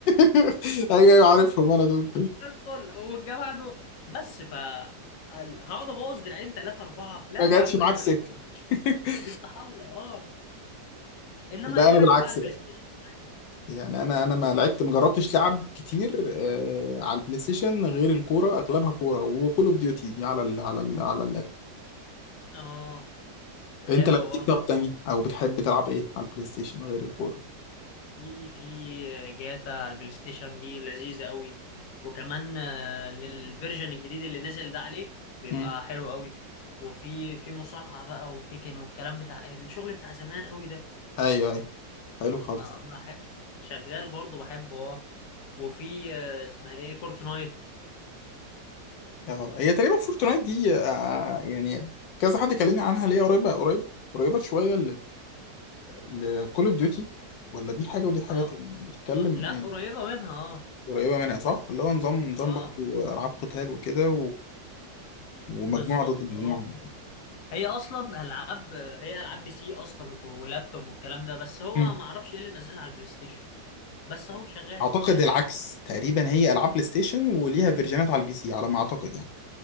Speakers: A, on the left; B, on the left.
A: <laughs> ايوه ايوه
B: ادخل
A: عارفهم انا دول
B: ادخل والجا بعده بس ف ال- هقعد ابوظ دراعين ثلاثه اربعه لا
A: ما جاتش
B: يا عم
A: معاك
B: يف-
A: سكه <laughs>
B: يفتح الله اه انما
A: لا
B: اي
A: انا
B: حاجه
A: بالعكس
B: بقى البلاي
A: بقى
B: ستيشن عادي.
A: يعني انا انا ما لعبت ما جربتش لعب كتير آه على البلاي ستيشن غير الكوره اغلبها كوره وكول اوف ديوتي دي على ال على ال على اللاب
B: اه حلوه
A: انت لعبت
B: برضه
A: إيه طب
B: اه
A: تاني او بتحب تلعب ايه على البلاي ستيشن غير الكوره
B: في في جاتا على البلاي ستيشن دي لذيذه قوي وكمان آه، للفيرجن الجديد اللي نزل ده عليه بيبقى
A: امم
B: حلو قوي وفي في مصارعه بقى وتيكن والكلام بتاع الشغل بتاع زمان قوي ده
A: ايوه ايوه حلو خالص
B: اه بحب شغال برضه بحبه اه وفي آه، اسمها ايه فورتنايت
A: اه هي تقريبا فورتنايت دي آه يعني كذا حد كلمني عنها ليه قريبه قريبه قريبه شويه لكول اوف ديوتي ولا دي حاجه ودي حاجه
B: اه
A: تاني؟ بتتكلم
B: آه، لا
A: يعني
B: قريبة منها اه
A: قريبه منها صح اللي هو نظام نظام
B: اه
A: برضه العاب قتال وكده ومجموعه
B: بالظبط
A: ضد مجموعه
B: اه هي اصلا العاب هي العاب بي سي اصلا وك- ولابتوب والكلام ده بس هو
A: مم.
B: ما اعرفش ايه اللي نزلها على البلاي ستيشن بس هو شغال
A: اعتقد
B: اي حاجة
A: العكس تقريبا هي العاب بلاي ستيشن وليها فيرجنات على البي سي على ما اعتقد يعني